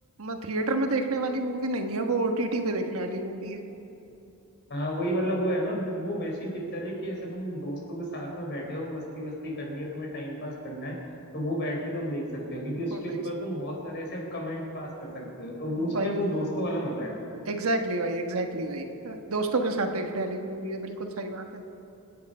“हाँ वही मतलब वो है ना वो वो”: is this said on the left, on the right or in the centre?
Left